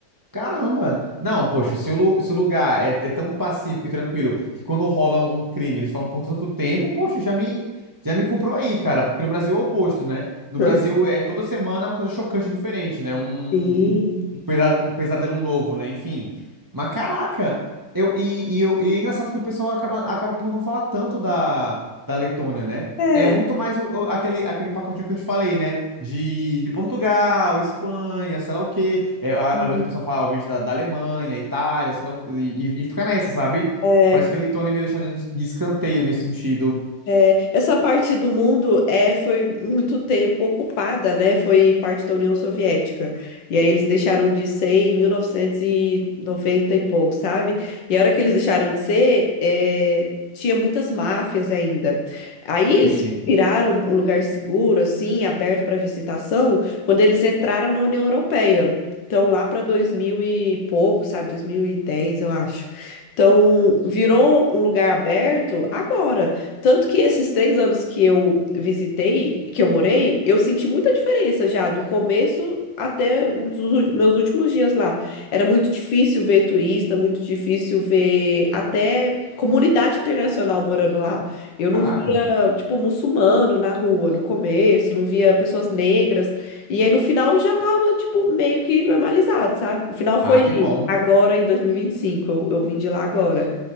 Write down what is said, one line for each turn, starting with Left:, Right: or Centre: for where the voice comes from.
Right: Caramba! Não, poxa, se o, lu- se o lugar é, é tão pacífico e tranquilo que quando rola um crime eles falam por tanto tempo, poxa, já me, já me comprou aí, cara, porque no Brasil é o oposto, né? No
Left: <laughs>
Right: Brasil é toda semana é uma coisa chocante diferente, né? Um,
Left: Sim.
Right: um, um pesa- um pesadelo novo, né? Enfim. Mas caraca! Eu, e, e, eu- e é engraçado que o pessoal acaba, acaba por não falar tanto da, da Letônia, né?
Left: É.
Right: É muito mais o- o- aquele, aquele pacotinho que eu te falei, né? De, de Portugal, Espanha, sei lá o quê. É, a-
Left: sim.
Right: às vezes o pessoal fala, obviamente, da, da Alemanha, Itália, sei lá, o- e, e- e fica nessa, sabe?
Left: É,
Right: Parece que a Letônia é meio deixada de, de escanteio nesse sentido.
Left: É, essa parte do mundo é, foi muito tempo ocupada, né? Foi parte da União Soviética. E aí eles deixaram de ser em 1990 e noventa e pouco, sabe? E a hora que eles deixaram de ser, é, tinha muitas máfias ainda. Aí eles
Right: Vixe,
Left: viraram um lugar seguro, assim, aberto para visitação, quando eles entraram na União Europeia. Então, lá para 2000 e pouco, sabe? 2010, eu acho. Então, virou um lugar aberto agora. Tanto que esses três anos que eu visitei, que eu morei, eu senti muita diferença já, do começo até os ú- meus últimos dias lá. Era muito difícil ver turista, muito difícil ver até comunidade internacional morando lá. Eu não
Right: caraca.
Left: via, tipo, muçulmano na rua no começo, não via pessoas negras. E aí no final já tava, tipo, meio que normalizado, sabe? O final foi
Right: Ah, que bom,
Left: agora em 2025, eu, eu vim de lá agora.